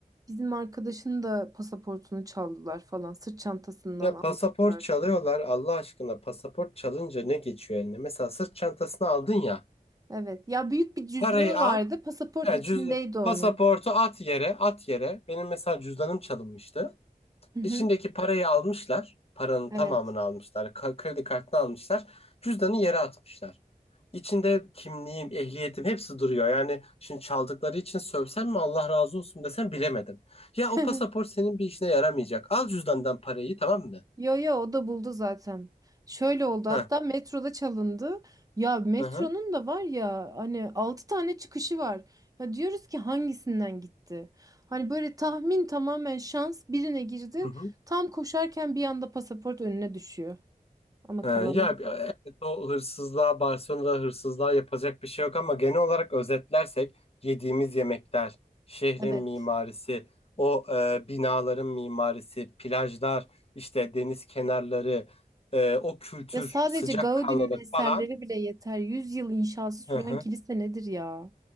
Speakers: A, on the right; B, on the left.
A: Bizim arkadaşın da pasaportunu çaldılar falan. Sırt çantasından
B: Ya
A: almışlar.
B: pasaport çalıyorlar Allah aşkına pasaport çalınca ne geçiyor eline? Mesela sırt çantasını aldın ya.
A: Evet. Ya büyük bir cüzdanı
B: Parayı
A: vardı. Pasaport
B: Ya
A: içindeydi
B: cüz
A: onun.
B: pasaportu at yere, at yere. Benim mesela cüzdanım çalınmıştı.
A: Hı hı.
B: İçindeki parayı almışlar. Paranın
A: Evet.
B: tamamını almışlar. ka- Kredi kartını almışlar. Cüzdanı yere atmışlar. İçinde kimliğim, ehliyetim hepsi duruyor. Yani şimdi çaldıkları için sövsem mi Allah razı olsun desem bilemedim. Ya
A: <laughs>
B: o pasaport senin bir işine yaramayacak. Al cüzdandan parayı tamam mı?
A: Yo yo o da buldu zaten. Şöyle oldu
B: Hı
A: hatta metroda çalındı. Ya metronun
B: hı.
A: da var ya hani 6 tane çıkışı var. Ya diyoruz ki hangisinden gitti? Hani böyle tahmin tamamen şans birine girdi.
B: Hı hı.
A: Tam koşarken bir anda pasaport önüne düşüyor. Ama
B: Ee,
A: kalanı
B: ya
A: gitti.
B: e, evet o hırsızlığa, Barcelona'da hırsızlığa yapacak bir şey yok ama genel olarak özetlersek yediğimiz yemekler, şehrin
A: Evet.
B: mimarisi, o e, binaların mimarisi, plajlar, işte deniz kenarları, e, o kültür,
A: Ya sadece
B: sıcakkanlılık
A: Gaudi'nin eserleri
B: falan.
A: bile yeter. 100 yıl inşası süren
B: Hı hı.
A: kilise nedir ya?